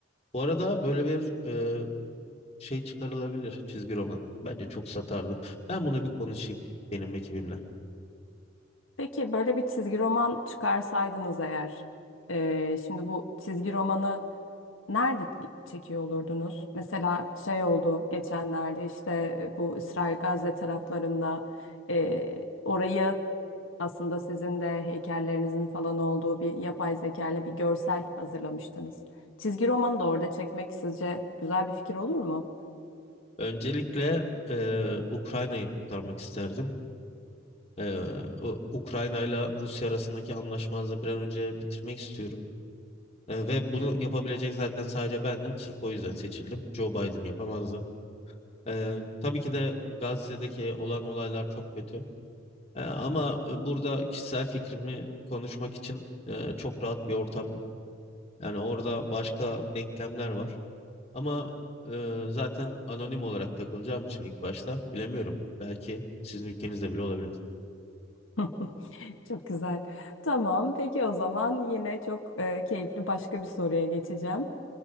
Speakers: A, on the left; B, on the left.
A: Bu arada böyle bir e, şey çıkarılabilir çizgi roman. Bence çok satardı. Ben bunu bir konuşayım benim ekibimle.
B: Peki böyle bir çizgi roman çıkarsaydınız eğer, e, şimdi bu çizgi romanı nerede çekiyor olurdunuz? Mesela şey oldu geçenlerde işte bu İsrail-Gazze taraflarında e, orayı Aslında sizin de heykellerinizin falan olduğu bir yapay zeka ile bir görsel hazırlamıştınız. Çizgi romanı da orada çekmek sizce güzel bir fikir olur mu?
A: Öncelikle eee, Ukrayna'yı kurtarmak isterdim. Eee, o- Ukrayna ile Rusya arasındaki anlaşmazlığı bir an önce bitirmek istiyorum. Eee, ve bunu yapabilecek zaten sadece bendim. Sırf o yüzden seçildim. Joe Biden yapamazdı. Eee, tabii ki de Gazze'deki olan olaylar çok kötü. Eee, ama burada kişisel fikrimi konuşmak için eee, çok rahat bir ortam yok. Yani orada başka denklemler var. Ama e, zaten anonim olarak takılacağım için ilk başta bilemiyorum. Belki sizin ülkenizde bile olabilir.
B: <laughs> Çok güzel. Tamam, peki o zaman yine çok e, keyifli başka bir soruya geçeceğim.